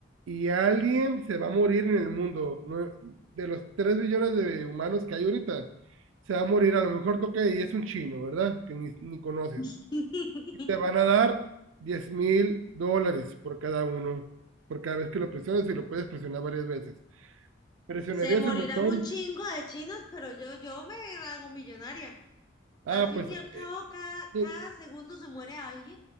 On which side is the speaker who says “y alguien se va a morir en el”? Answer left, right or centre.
Right